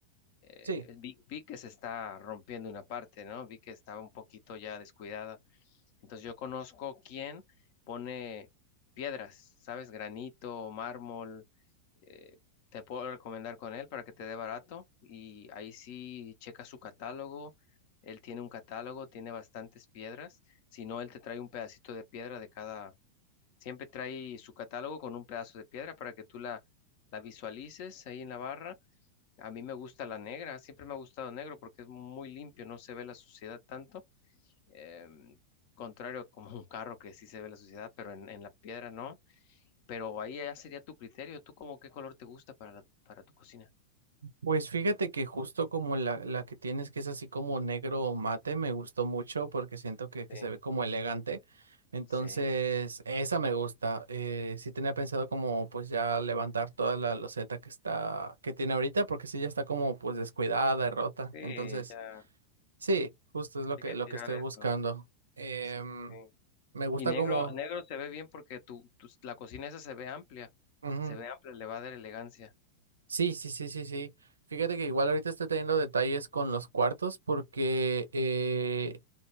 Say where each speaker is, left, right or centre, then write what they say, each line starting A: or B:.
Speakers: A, on the left; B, on the right.
A: eh,
B: Sí.
A: vi, vi que se está rompiendo una parte, ¿no? Vi que estaba un poquito ya descuidada. Entonces yo conozco quién pone piedras, ¿sabes? Granito, mármol. eh, te puedo recomendar con él para que te dé barato y ahí sí checa su catálogo. Él tiene un catálogo, tiene bastantes piedras. Si no, él te trae un pedacito de piedra de cada, Siempre trae su catálogo con un pedazo de piedra para que tú la, la visualices ahí en la barra. A mí me gusta la negra, siempre me ha gustado negro porque es muy limpio, no se ve la suciedad tanto. em, contrario a como <laughs> un carro que sí se ve la suciedad, pero en, en la piedra no. Pero ahí ya sería tu criterio. ¿Tú como qué color te gusta para la- para tu cocina?
B: Pues fíjate que justo como la, la que tienes, que es así como negro o mate, me gustó mucho porque siento que, que
A: Sí,
B: se ve como elegante. Entonces,
A: sí,
B: esa me gusta. Eh, sí tenía pensado como pues ya levantar toda la loseta que está, que tiene ahorita, porque sí ya está como pues descuidada y rota.
A: sí,
B: Entonces,
A: ya
B: sí, justo es lo
A: hay
B: que,
A: que
B: lo
A: tirar
B: que estoy
A: eso.
B: buscando. Em,
A: Sí, sí, sí.
B: me gusta
A: Y negro,
B: como...
A: negro se ve bien porque tu, tu la cocina esa se ve amplia,
B: ujú.
A: se ve amplia, le va a dar elegancia.
B: Sí, sí, sí, sí, sí. Fíjate que igual ahorita estoy teniendo detalles con los cuartos porque eh,